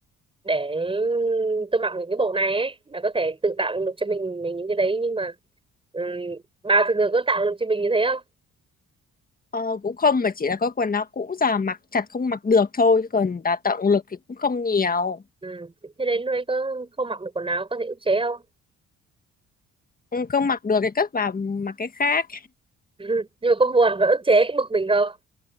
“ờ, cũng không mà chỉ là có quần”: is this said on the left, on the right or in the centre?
Left